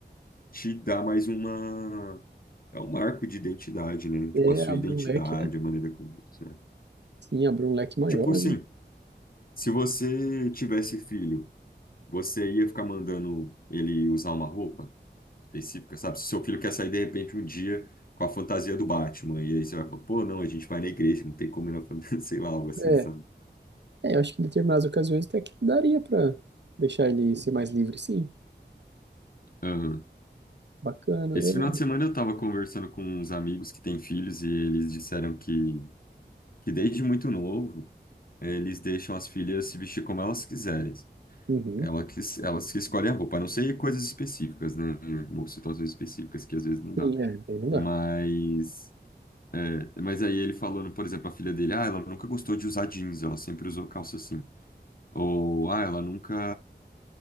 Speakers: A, on the left; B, on the right.
A: te dá mais uma, é um marco de identidade, né? Tipo,
B: é,
A: a sua
B: abre
A: identidade,
B: um leque, né?
A: a maneira como você é.
B: Sim, abre um leque maior,
A: Tipo assim,
B: né?
A: se você tivesse filho, você ia ficar mandando ele usar uma roupa? específica, sabe? Se seu filho quer sair de repente um dia com a fantasia do Batman, e aí você vai falar, pô, não, a gente vai na igreja, não tem como ir na fantasia, <laughs> sei lá, algo assim,
B: É,
A: sabe?
B: é, eu acho que em determinadas ocasiões até que daria pra deixar ele ser mais livre, sim.
A: Aham.
B: Bacana,
A: Esse
B: é.
A: final de semana eu tava conversando com uns amigos que têm filhos e eles disseram que, que desde muito novo eh, eles deixam as filhas se vestir como elas quiserem.
B: Uhum.
A: Ela que, elas que escolhem a roupa, a não ser coisas específicas, né? Ou situações específicas que às vezes não dá.
B: Sim, é, daí não
A: Mas,
B: dá.
A: é, mas aí ele falando, por exemplo, a filha dele, ah, ela nunca gostou de usar jeans, ela sempre usou calça assim Ou, ah, ela nunca.